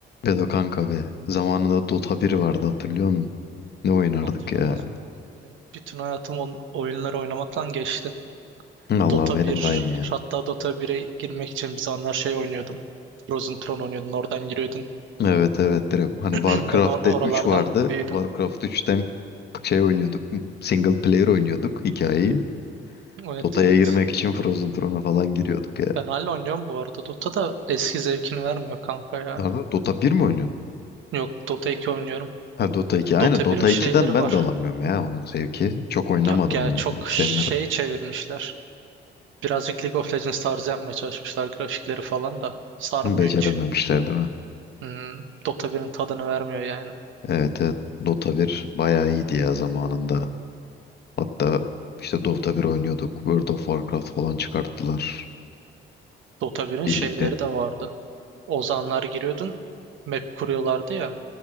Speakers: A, on the left (about 55°); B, on the right (about 75°).
A: Bedo kanka be. Zamanında Dota bir vardı hatırlıyor musun? Ne oynardık
B: Hatırlamaz
A: ya.
B: mıyım oğlum? Benim bütün hayatım on, oyunlar oynamakla geçti.
A: Allah
B: Dota
A: benim
B: bir
A: de aynı ya.
B: hatta Dota bire girmek için bir zamanlar şey oynuyordum. Frozen Throne oynuyordun, oradan giriyordun.
A: Evet evet direkt hani
B: <clears throat>
A: Warcraft'te
B: Ben or- oralardan
A: 3 vardı.
B: büyüdüm.
A: Warcraft 3'ten şey oynuyorduk. Single player oynuyorduk hikayeyi.
B: Evet
A: Dota'ya
B: evet.
A: girmek için Frozen Throne'a falan giriyorduk ya.
B: Ben hala oynuyorum bu arada. Dota da eski zevkini vermiyor kanka ya.
A: Nerede Dota bir mi oynuyorsun?
B: Yok Dota iki oynuyorum.
A: Ha Dota iki Aynen
B: Dota
A: Dota
B: birin şeyleri
A: iki'den ben
B: var.
A: de alamıyorum ya o zevki. Çok oynamadım
B: Yok ya
A: yani.
B: çok
A: Sevmedim.
B: şey çevirmişler. Birazcık League of Legends tarzı yapmaya çalışmışlar grafikleri falan da. Sarmıyor
A: Becerememişler
B: hiç.
A: değil mi?
B: Hmm, Dota birin tadını vermiyor yani.
A: Evet evet. Dota bir bayağı iyiydi ya zamanında. Hatta işte Dota bir oynuyorduk. World of Warcraft falan çıkarttılar
B: Dota 1'in
A: birlikte.
B: şeyleri de vardı. Ozanlar giriyordun. Map kuruyorlardı ya.